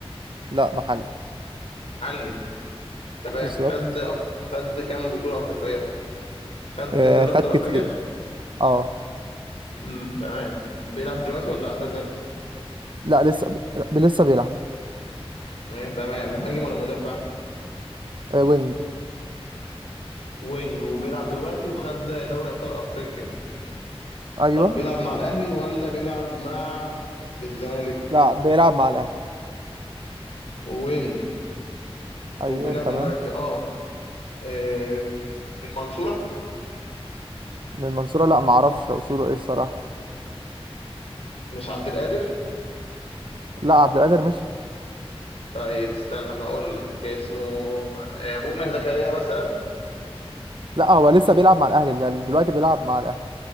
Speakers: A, on the right; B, on the left.
A: لا محلي
B: حلي تمام
A: بالظبط
B: خد أف... خد كام بطولة أفريقية خد
A: آه
B: دوري
A: خد
B: أبطال أفريقيا
A: كتير اه
B: امم تمام بيلعب دلوقتي ولا اعتزل
A: لا لسه بي... لسه بيلعب
B: إيه تمام مهاجم ولا مدافع
A: آه وينج
B: وينج وبيلعب دلوقتي وخد دوري ابطال افريقيا
A: ايوه
B: طب بيلعب مع الاهلي ولا بيلعب مع الزمالك
A: لا بيلعب مع الاهلي
B: وينج
A: ايوه
B: وبيلعب
A: تمام
B: دلوقتي اه آه، من المنصورة
A: من المنصورة لا معرفش اصوله ايه الصراحة
B: مش عبد القادر
A: لا عبد القادر مش
B: طيب استنى هقول لك اسمه آه، مؤمن زكريا مثلا
A: لا هو لسه بيلعب مع الاهلي ده دلوقتي بيلعب مع الاهلي